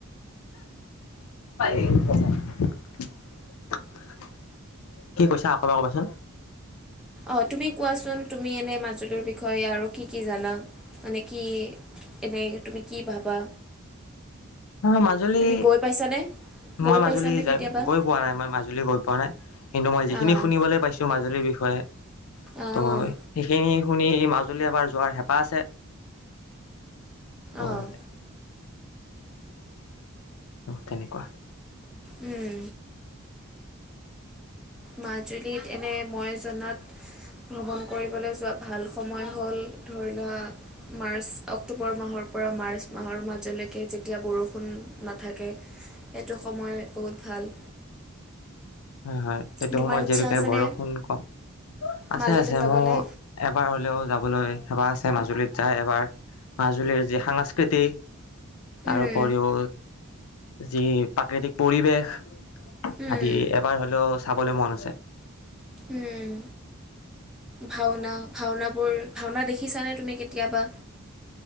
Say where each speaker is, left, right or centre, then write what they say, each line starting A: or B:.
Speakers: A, on the left (about 80°); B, in the centre.
A: <unintelligible> কি কৈছা আকৌ এবাৰ ক'বাচোন।
B: অ' তুমি, কোৱাচোন তুমি এনে মাজুলীৰ বিষয়ে আৰু কি কি জানা কি এনে তুমি কি ভাবা
A: অ মাজুলী
B: তুমি গৈ পাইছানে? গৈ
A: মই মাজুলী
B: পাইছানে কেতিয়াবা?
A: গৈ পোৱা নাই মই মাজুলী গৈ পোৱা নাই কিন্তু মই যিখিনি
B: অ',
A: শুনিবলৈ পাইছো মাজুলীৰ বিষয়ে
B: অ',
A: ত' সেইখিনি শুনি মাজুলী এবাৰ যোৱাৰ হেঁপাহ আছে। তত
B: অ',
A: <unintelligible> অ তেনেকুৱা
B: উম। মাজুলীত এনে মই জনাত ভ্ৰমণ কৰিবলৈ যোৱা ভাল সময় হ'ল ধৰি লোৱা মাৰ্চ অক্টোবৰ মাহৰ পৰা মাৰ্চ মাহৰ মাজলৈকে যেতিয়া বৰষুণ নাথাকে সেইটো সময় বহুত ভাল।
A: হয় হয় সেইটো
B: তোমাৰ
A: সময়ত
B: ইচ্ছা
A: যিহেতুকে
B: আছেনে
A: বৰষুণ কম আছে
B: মাজুলী
A: আছে
B: যাবলে?
A: মোৰ এবাৰ হলেও যাব। সবাৰ <unintelligible> আছে মাজুলীত যায়, এবাৰ মাজুলীৰ যি সাংস্কৃতি তাৰপৰিও
B: উম,
A: যি প্ৰাকৃতিক পৰিৱেশ
B: উম,
A: আজি, এবাৰ হ'লেও চাবলৈ মন আছে।
B: উম ভাওনা ভাওন বোৰ ভাওনা দেখিছানে তুমি কেতিয়াবা?